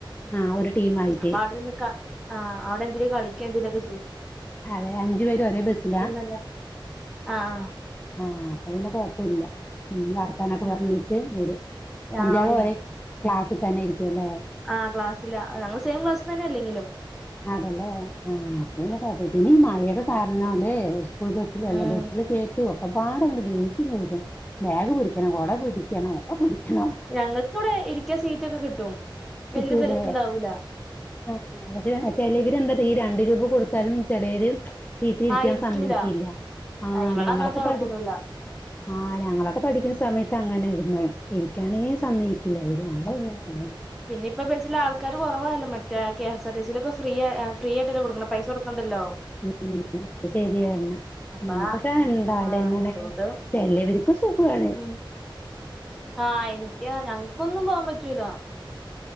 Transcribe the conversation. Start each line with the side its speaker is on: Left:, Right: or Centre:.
Left: ആഹ് ഒരു ടീമായിട്ട്
Centre: അപ്പഅവ്ടെന്ന്ക ആഹ് ന്തെരുകളി ക്കേന്തേലൊക്കെചെയ്യും.
Left: അതെഅഞ്ചുപേരുംഒരേ ബെസ്സിലാ?
Centre: തന്നെ ആ ആ
Left: ആഹ് അപ്പൊപിന്നെ കൊഴപ്പൊല്ല ഇന്നർ ത്താനൊക്കെപറഞ്ഞിട്ട്
Centre: ഉം
Left: വെരും
Centre: ആ
Left: അഞ്ചാറുപറി
Centre: അവിടെ
Left: ക്ലാസ്സിതെന്നെ ഇരിക്കുംല്ലേ.
Centre: ആഹ് ക്ലാസ്സില ന്നങ്ങൾ സെയിംക്ലാസിൽ തെന്നെഅല്ലെങ്കിലും.
Left: അതലേ ആഹ് അപ്പൊപിന്നെ കൊപ്പം പിന്നീ മഴയൊക്കെകാരണംല്ലേ. സ്കൂൾബസ്സിലല്ല
Centre: ഉം
Left: ബെസ്സില്കേറ്റു ഒക്കപ്പാടെങ്ങട് ദേഷ്യംവെരും. ബാഗ്പിടിക്കണം കൊടപിടിക്കണം ഒക്കെപിടിക്കണം.
Centre: ഞങ്ങൾക്കവിടെ ഇരിക്കാസീറ്റൊക്കെ കിട്ടും. വല്യ
Left: കിട്ടുലേ
Centre: തെരക്കുണ്ടാവൂല
Left: ആഹ് പക്ഷെ ചിലെവെര് എന്താ ഈരണ്ട് രൂപ കൊടുത്താലുംചെലെവെര് സീറ്റിലിരിക്കാൻ
Centre: ആഹ് ഇരുത്തൂല
Left: സമ്മക്കീല്ല ആഹ്
Centre: ഇവളങ്ങനത്തെ
Left: ഞങ്ങളൊക്കെ
Centre: കൊഴപ്പൊന്നുല്ല
Left: പഠിക് ആഹ് ഞങ്ങളൊക്കെ പഠിക്കുന്ന സമയത്ത് അങ്ങനെയിരുന്നു ഇരിക്കാനേ സമ്മയി ക്കില്ല ഇവര് നമ്മളിങ്ങനെ
Centre: പിന്നിപ്പ പെച്ചില ആൾ ക്കാര് കുറവായല്ലോ മറ്റെ കെ എസ്ആർ ടി സിയിലൊക്കെ ഫ്രീയ ഫ്രീയിട്ടല്ല കൊട്ക്ക്‌ണ പൈസൊട്ക്കണ്ടല്ലോ
Left: ഉം അത് ശരിയന്ന
Centre: അപ്പ
Left: പഷെ എന്താലെ
Centre: ആഹ്
Left: ഇങ്ങനെ
Centre: അതുകൊണ്ട്
Left: ചെലവര്ക്ക് സുഖുവാണ്
Centre: ഉം ആഹ് എനിക്ക് ഞങ്ങക്കൊന്നും പോവാം പറ്റൂലാ